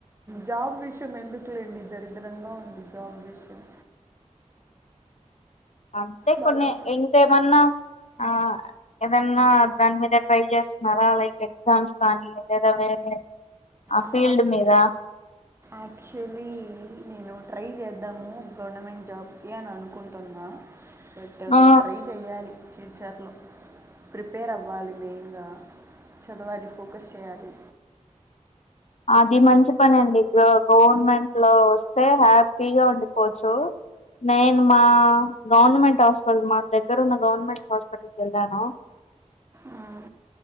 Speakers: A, on the right; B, on the left.
A: జాబ్ విషయం ఎందుకులేండి దరిద్రంగా ఉంది జాబ్ విషయం
B: అంతే
A: బాగాలేదు
B: కొన్ని ఇంకాేమన్నా ఆ ఏదన్నా దాని మీద ట్రై చేస్తున్నారా లైక్ ఎగ్జామ్స్ కానీ లేదా వేరే
A: ఆ
B: ఫీల్డ్ మీద
A: ఆక్చువలీ నేను ట్రై చేద్దాము గవర్నమెంట్ జాబ్కి అని అనుకుంటున్నాను పెట్టా
B: ఆ
A: ట్రై చెయాలి ఫ్యూచర్లో ప్రిపేర్ అవ్వాలి మెయిన్గా చదవాలి ఫోకస్ చేయాలి
B: అది మంచి పని అండి గ గవర్నమెంట్ లో వస్తే హ్యాపీగా ఉండిపోవచ్చు నేను మా గవర్నమెంట్ హాస్పిటల్ మా దగ్గర ఉన్న గవర్నమెంట్ హాస్పిటల్కి వెళ్ళాను
A: మ్మ్,